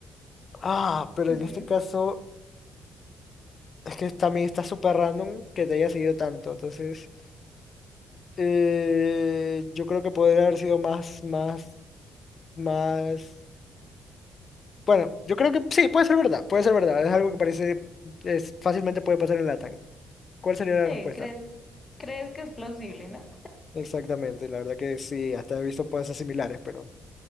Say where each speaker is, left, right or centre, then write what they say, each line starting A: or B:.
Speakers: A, on the left; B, on the left.
A: Ah, pero
B: Ujú.
A: en este caso es que también está súper random que te haya seguido tanto, entonces eh, yo creo que podría haber sido más, más, más... Bueno, yo creo que sí, puede ser verdad, puede ser verdad, es algo que parece, es, fácilmente puede pasar en Latam. ¿Cuál sería
B: Sí,
A: la respuesta?
B: crees, crees que es plausible, ¿no?
A: Exactamente, la verdad que sí, hasta he visto cosas similares, pero